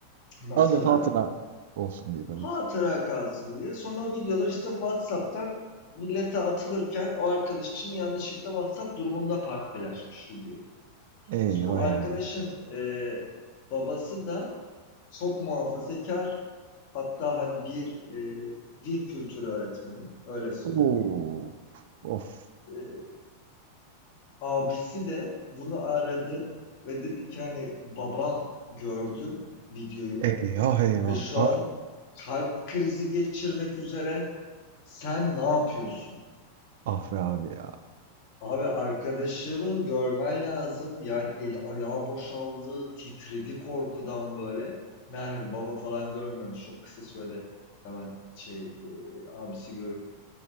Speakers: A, on the left (about 45°); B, on the right (about 55°).
A: masada.
B: Anı hatıra olsun diye tabii
A: hatıra
B: ki.
A: kalsın diye. Sonra o videolar işte WhatsApp'tan millete atılırken o arkadaşım yanlışlıkla WhatsApp durumunda paylaşmış videoyu.
B: Eyvah
A: Şimdi bu arkadaşın
B: eyvah.
A: e, babası da çok muhafazakar hatta hani bir e, din kültürü öğretmeni öyle söyleyeyim.
B: Oo, of.
A: E, abisi de bunu aradı ve dedi ki hani babam gördü videoyu
B: Eyvah eyvah.
A: ve şu
B: Ah,
A: an kalp krizi geçirmek üzere. Sen ne yapıyorsun?
B: ah be abi ya.
A: Abi arkadaşımı görmen lazım. Yani eli ayağı boşaldı, titredi korkudan böyle. Meğer baba falan görmemiş. Çok kısa sürede hemen şey e, abisi görüp